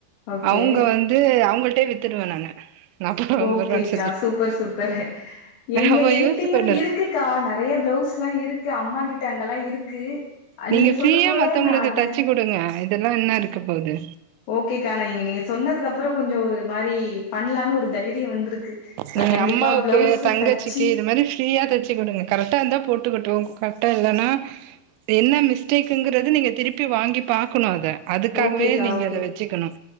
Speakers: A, on the left; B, on the right.
A: ஓகே
B: அவங்க வந்து அவங்கள்டே வித்துடுவ நானு நாப்பது ரூவா ஐம்பது
A: ஓகேக்கா
B: ரூவான்னு சொல்லி
A: சூப்பர் சூப்பர் எங்க
B: அவ
A: என்டயு
B: யோசிச்சு பாரு
A: இருக்கு க்கா நெறைய பிளவுஸ்லா இருக்கு அம்மா கிட்ட அங்கல்லா இருக்கு அ
B: நீங்க
A: சொல்லும்
B: ஃப்ரீயா
A: போல
B: மத்தவங்களுக்கு
A: நா அத
B: தச்சு கொடுங்க இதெல்லா என்ன இருக்க போது
A: ஓகேக்கா நா நீங்க சொன்னதுக்கு அப்றோ கொஞ்சோ ஒரு மாரி பண்ணலான்னு ஒரு தைரியம் வந்திருக்கு நா
B: நீங்க
A: கண்டிப்பா
B: அம்மாவுக்கு
A: பிளவுஸு
B: தங்கச்சிக்கு
A: தச்சு
B: இது மாரி ஃப்ரீயா தச்சு குடுங்க கரெக்டா இருந்தா போட்டுக்கட்டு கரெக்டா இல்லன்னா என்ன மிஸ்டேக்குங்கிறது நீங்க திருப்பி வாங்கி பாக்கணும் அத அதுக்காகவே
A: ஓகேக்கா
B: நீங்க
A: ஓகே
B: அத வச்சுக்கணும்